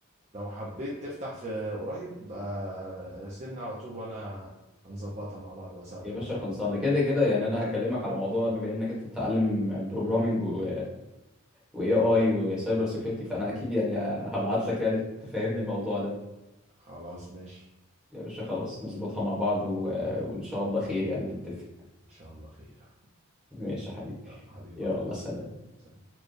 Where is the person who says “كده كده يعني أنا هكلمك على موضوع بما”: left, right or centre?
Centre